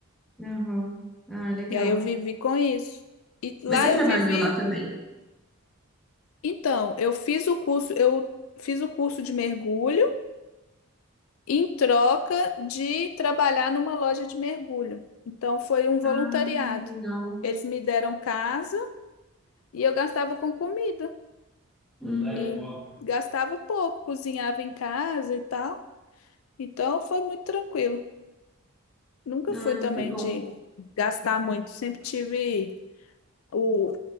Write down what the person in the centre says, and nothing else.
Aham. Ah, legal.
Mas você trabalhou
lá também?
Hum, Legal.
Uhum.
Ah,
muito
bom.